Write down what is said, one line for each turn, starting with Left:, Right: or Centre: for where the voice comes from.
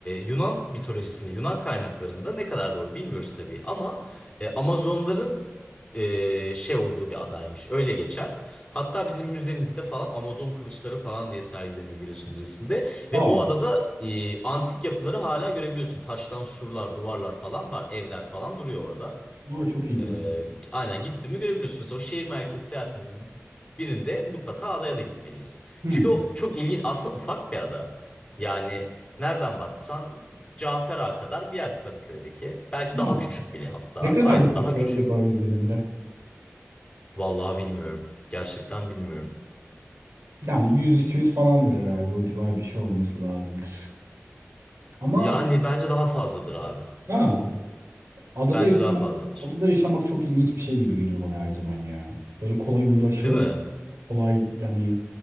Left: Yunan mitolojisinde, Yunan kaynaklarında ne kadar doğru bilmiyoruz tabii ama e, Amazonların e, şey olduğu bir adaymış. Öyle geçer. Hatta bizim müzemizde falan Amazon kılıçları falan diye sergilenir Giresun Müzesi'nde
Right: Aa,
Left: ve o adada e, antik yapıları hala görebiliyorsun. Taştan surlar, duvarlar falan var, evler falan duruyor orada.
Right: aa çok ilginç.
Left: Ee, aynen gittin mi görebiliyorsun. Mesela o şehir merkezi seyahatimizin birinde mutlaka adaya da gitmeliyiz.
Right: Hmm.
Left: Çünkü o çok ilginç. Aslında ufak bir ada. Yani nereden baksan Cafer Ağa kadar bir yer Kadıköy'deki. Belki
Right: Ha,
Left: daha küçük bile hatta.
Right: ne kadar
Left: Aynen
Right: nüfus
Left: daha
Right: var
Left: küçük.
Right: acaba üzerinde?
Left: Vallahi bilmiyorum. Gerçekten bilmiyorum.
Right: Yani 100-200 falandır herhalde. O civar bir şey olması lazımdır. Ama
Left: Yani bence daha fazladır abi.
Right: ha Adada
Left: Bence
Right: yaşamak,
Left: daha fazladır.
Right: adada yaşamak çok ilginç bir şey gibi geliyor bana her zaman ya. Böyle kolay ulaşılam
Left: Değil mi?
Right: kolay yani